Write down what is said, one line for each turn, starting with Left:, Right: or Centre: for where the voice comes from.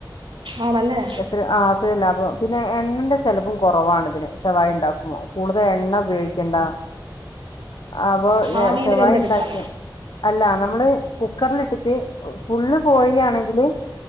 Right: ആണല്ലേ
Left: എത്ര ആ അത്രല്ല ലാപ പിന്നെ എണ്ണന്റെ ചെലവും കുറവാണ് ഇതിന് ശവായ ഉണ്ടാക്കുമോ കൂടുതൽ എണ്ണ ഉപയോഗിക്കണ്ട അപ്പൊ
Right: ആവിയിൽ
Left: ഷവായി
Right: വെന്തെടുക്കാണോ
Left: ഉണ്ടാക്കിയ അല്ല നമ്മള് കുക്കറില ഇട്ടിട്ട് ഫുള്ള് കോഴിയാണെങ്കില്